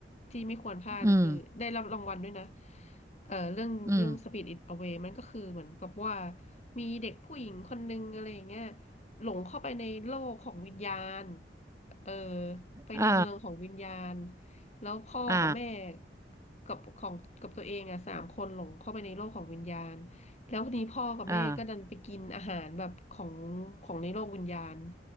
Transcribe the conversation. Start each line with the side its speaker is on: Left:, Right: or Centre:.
Left: ที่ไม่ควรพลาดก็คือได้รับรางวัลด้วยนะ
Right: อืม
Left: เออเรื่องเรื่อง
Right: อืม
Left: Spirit It Away มันก็คือเหมือนกับว่า มีเด็กผู้หญิงคนนึงอะไรอย่างเงี้ยหลงเข้าไปในโลกของวิญญาณเออไปในเมืองของวิญญาณ
Right: อ่า
Left: แล้วพ่อกับแม่
Right: อ่า
Left: กับของกับตัวเองอ่ะสามคนหลงเข้าไปในโลกของวิญญาณ แล้วทีนี้พ่อกับแม่ก็ดันไปกินอาหารแบบของ
Right: อ่า
Left: ของในโลกวิญญาณ